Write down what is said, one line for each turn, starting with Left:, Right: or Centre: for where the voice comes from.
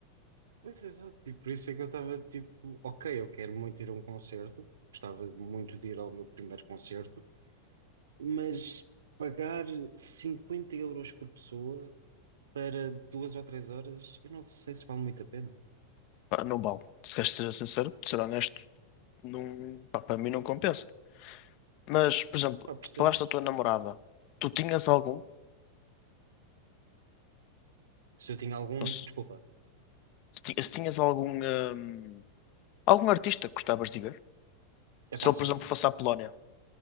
Right: Pois exato, e por isso é que eu estava tipo, ok, eu quero muito ir a um concerto, gostava muito de ir ao meu primeiro concerto, mas pagar 50 euros por pessoa para duas ou três horas, eu não sei se vale muito a pena.
Left: Pá, não vale. Se queres ser sincero, ser honesto, não, pá, para mim não compensa. Mas, por exemplo,
Right: Pá, percebo.
Left: falaste da tua namorada. Tu tinhas algum?
Right: Se eu tinha algum,
Left: não sei,
Right: desculpa.
Left: Se ti- se tinhas algum. hum, Algum artista que gostavas de ver?
Right: É pá,
Left: Se ele,
Right: sim,
Left: por exemplo, fosse à Polónia.